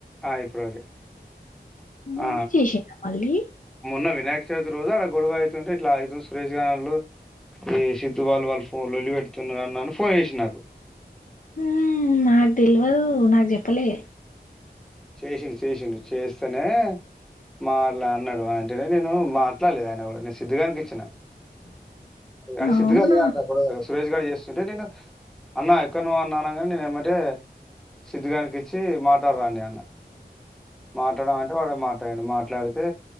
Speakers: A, in the centre; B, on the left.
A: ఆ ఇప్పుడు ఓకే
B: మున్ని
A: ఆ,
B: చేసిన్నా మళ్ళీ
A: మొన్న వినాయక చవితి రోజు అడ గొడవ అయితుంటే ఇట్లా సురేష్ గానోళ్ళు, ఈ సిద్ధూ వాళ్ళు వాళ్ళు ఫో లోళ్లి పెడుతున్నర్ న్నని ఫోన్ చేసిన్నారు
B: ఊమ్ నాకు తెలివదు నాకు చెప్పలే
A: చేసిండు చేసిండు చేస్తేనే మాట్లాడినాడు అంటేనే నేను మాట్లాడలేదు ఆయన కూడా నేను సిద్ధు గానికి ఇచ్చిన కానీ
B: అవునా
A: సిద్ధుగాడు లేడంట సురేష్ గాడు చేస్తుంటే నేను అన్న ఎక్కడ నువ్వు అనగానే నేన్ ఏమ్మటే సిద్ధు గానికి ఇచ్చి మాట్లాడరా అని అన్నా మాట్లాడమంటే అంటే వాడు మాట్లాడిండు, మాట్లాడితే